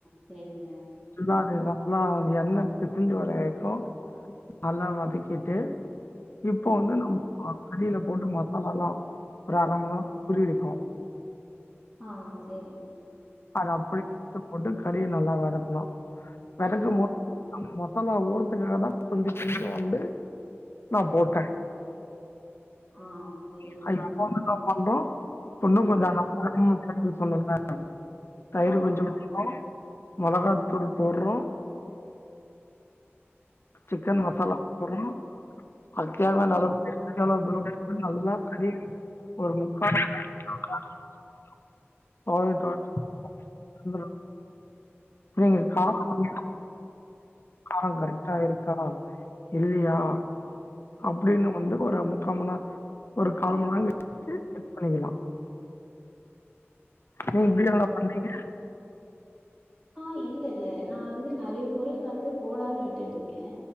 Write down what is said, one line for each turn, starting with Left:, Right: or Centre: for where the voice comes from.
Centre: சேரிங்க
Left: நல்லா அது நல்லா எண்ணெ பிரிஞ்சு வர வரைக்கு நல்லா வதக்கிட்டு இப்போ வந்து நம்ம கறியில போட்டு மசாலா எல்லா ஒரு அர மணி நேரோ ஊறியிருக்கு
Centre: ஆ செரிங்
Left: அத அப்டியே எடுத்து போட்டு கறியை நல்லா வதக்கணு வதக்கும்போது
Centre: ம்.
Left: மசாலா ஊறதுக்காக தா கொஞ்ச கொஞ்ச வண்டு நா போட்டே
Centre: ஆ சரிங்க.
Left: <unintelligible> பண்றோ இன்னு கொஞ்சோ <unintelligible> சொல்லல தயிர்
Centre: ஆமா.
Left: கொஞ்சம் போடறோ மொளகாத்தூள் போடுறோ சிக்கன் மசாலா போட்றோ அது தேவையான அளவு <unintelligible> நல்லா கழுவி ஒரு முக்கா <unintelligible> <inaudible> நீங்க கா <inaudible> ஆ காரம் கரெக்டா இருக்கா இல்லையா அப்டின்னு வந்து ஒரு முக்காமண்ணா ஒரு கால் மன்நேரோ கழிச்சி டெஸ் பண்ணிக்கலா நீ இப்டியாங்க பண்ணீங்க
Centre: ஆ இல்ல இல்ல நா வந்து நெறைய பொருள் வந்து போடாமனு விட்டுட்டு இருக்கே